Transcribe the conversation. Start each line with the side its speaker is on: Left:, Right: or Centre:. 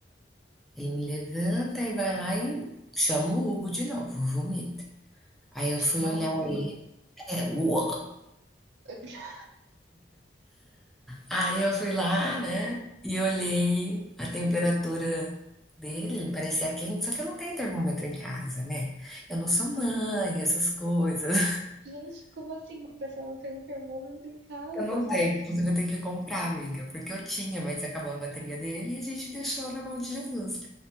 Centre: Ele me levanta e vai lá e chama o Hugo de novo, vomita. Aí eu
Right: chamar
Centre: fui olhar
Right: o Hugo.
Centre: ele, é, uou.
Right: <laughs>
Centre: Aí eu fui lá, né, e olhei a temperatura dele, parecia quente, só que eu não tenho termômetro em casa, né? Eu não sou mãe, essas coisas.
Right: Gente, como assim uma pessoa não tem um termômetro em casa?
Centre: Eu não tenho, inclusive eu tenho que comprar, amiga, porque eu tinha, mas acabou a bateria dele e a gente deixou na mão de Jesus.